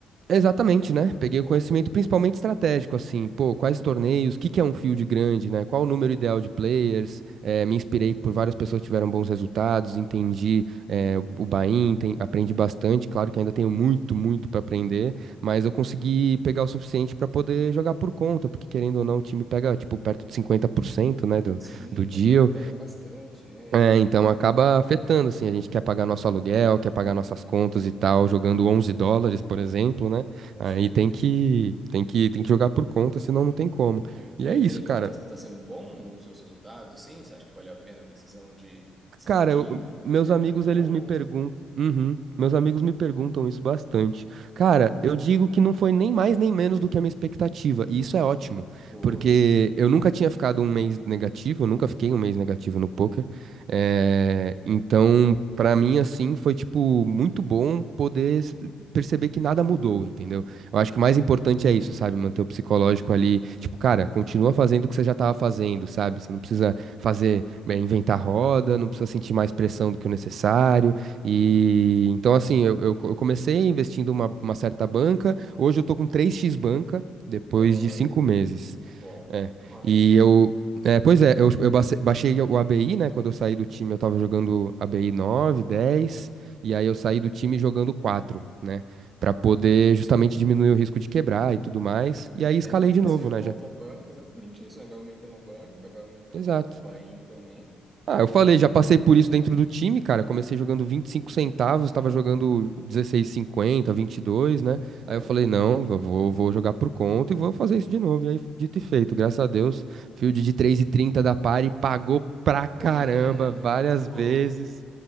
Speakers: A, on the right; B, on the right.
A: Exatamente,
B: E aí você tá jogando
A: né?
B: por
A: Peguei
B: conta.
A: o conhecimento principalmente estratégico, assim, pô,
B: Aham.
A: quais torneios, o que que é um field grande, né? Qual o número ideal de players? eh, me inspirei por várias pessoas que tiveram bons resultados, entendi, eh, o buy-in, enten- aprendi bastante. Claro que ainda tenho muito, muito para aprender, mas eu consegui pegar o suficiente para poder jogar por conta, porque querendo ou não, o time pega, tipo, perto de cinquenta por cento né, do,
B: Sim,
A: do
B: imagino
A: deal.
B: que pega bastante, né?
A: É,
B: E
A: então acaba afetando, assim, a gente quer pagar nosso aluguel, quer pagar nossas contas e tal, jogando 11 dólares, por exemplo, né?
B: com
A: Aí
B: certeza.
A: tem que, tem que, tem que jogar por conta, senão não tem como.
B: E
A: E é isso,
B: até então
A: cara.
B: tá, tá sendo bom os seus resultados, assim? Você acha que valeu a pena a decisão de sair
A: Cara,
B: do time,
A: eu-
B: vo-
A: meus
B: jogar
A: amigos,
B: por conta?
A: eles me perguntam. Uhum, meus amigos me perguntam isso bastante. Cara, eu digo que não foi nem mais nem menos do que a minha expectativa. E isso é ótimo,
B: Boa,
A: porque eu nunca tinha ficado um mês negativo, eu nunca fiquei um mês negativo no poker. Eh, então, pra mim, assim, foi, tipo, muito bom poder s- perceber que nada mudou, entendeu? Eu acho que o mais importante é isso, sabe? Manter o psicológico ali. Tipo, cara, continua fazendo o que você já tava fazendo, sabe? Você não precisa fazer, bem, inventar roda, não precisa sentir mais pressão do que o necessário. E então, assim, eu, eu co- eu comecei investindo uma, uma certa banca, hoje eu tô com três x banca, depois
B: que da hora.
A: de cinco meses.
B: Bom, bom
A: É.
B: demais,
A: E
B: né?
A: eu. É, pois é, eu, eu bace- baixei o ABI, né? Quando eu saí do time, eu tava jogando ABI nove dez e aí eu saí do time jogando quatro né? Pra poder justamente diminuir o risco de quebrar e tudo mais. E aí escalei
B: É, mas
A: de
B: aí
A: novo,
B: você
A: né?
B: volta
A: Já.
B: à banca, exatamente isso, né? Vai aumentando a banca, vai aumentando
A: Exato.
B: o o buy-in também.
A: Ah, eu falei, já passei por isso dentro do time, cara. Comecei jogando 25 centavos, tava jogando 16,50, 22, né?
B: Então,
A: Aí eu falei, não, eu vou, vou jogar por conta e vou fazer isso de novo. E aí, dito e feito, graças a Deus, field de 3,30 da Pari pagou pra
B: <laughs>
A: caramba
B: É,
A: várias
B: muito bom.
A: vezes.